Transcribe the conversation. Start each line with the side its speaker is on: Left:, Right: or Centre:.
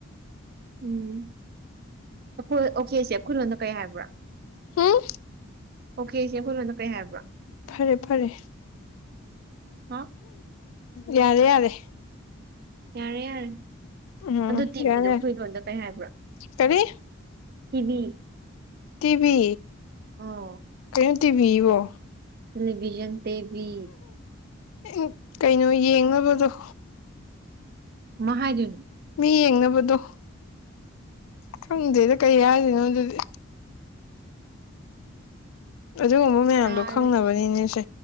Right: ꯎꯝ ꯑꯩꯈꯣꯏ ꯑꯣꯀꯦ ꯁꯤꯦ ꯑꯩꯈꯣꯏ ꯂꯣꯗ ꯀꯔꯤ ꯍꯥꯏꯕ꯭ꯔꯥ
Left: ꯍꯥꯝ
Right: ꯑꯣꯀꯦ ꯁꯤꯦ ꯑꯩꯈꯣꯏꯔꯣꯟꯗ ꯀꯩ ꯍꯥꯏꯕ꯭ꯔꯣ
Left: ꯐꯔꯦ ꯐꯔꯦ
Right: ꯍꯥ
Left: ꯌꯥꯔꯦ ꯌꯥꯔꯦ
Right: ꯌꯥꯔꯦ ꯌꯥꯔꯦ
Left: ꯎꯝ
Right: ꯑꯗꯨ ꯇꯤꯚꯤꯗꯣ
Left: ꯌꯥꯔꯦ
Right: ꯑꯩꯈꯣꯏ ꯂꯣꯟꯗ ꯀꯩ ꯍꯥꯏꯕ꯭ꯔꯥ
Left: ꯀꯔꯤ
Right: ꯇꯤꯚꯤ
Left: ꯇꯤꯕꯤ
Right: ꯑꯣ
Left: ꯀꯩꯅꯣꯝ ꯇꯤꯕꯤꯕꯣ
Right: ꯇꯦꯂꯤꯚꯖꯟ ꯇꯕꯤ
Left: ꯎ ꯀꯩꯅꯣ ꯌꯦꯡꯅꯕꯗꯣ ꯎ
Right: ꯃꯍꯥꯗꯨꯅ
Left: ꯃꯤ ꯌꯦꯡꯅꯕꯗꯣ ꯈꯪꯗꯦꯗ ꯀꯩ ꯍꯥꯏꯗꯣꯏꯅꯣ ꯑꯗꯨꯗꯤ ꯑꯗꯨꯒꯨꯝꯕ ꯃꯌꯥꯝꯗꯣ
Right: ꯌꯥꯔꯁꯤ
Left: ꯈꯪꯅꯕꯅꯤꯅꯦ ꯁꯦ